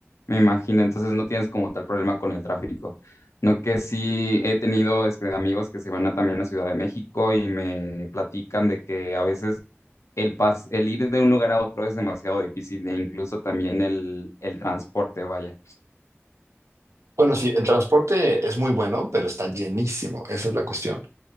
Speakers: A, on the left; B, on the right.
A: me imagino. Entonces no tienes como tal problema con el tráfico. No que sí he tenido este, amigos que se van a también a Ciudad de México y me platican de que a veces el, pas el ir de un lugar a otro es demasiado difícil e incluso también el, el transporte, vaya.
B: Bueno, sí, el transporte es muy bueno, pero está llenísimo. Esa es la cuestión.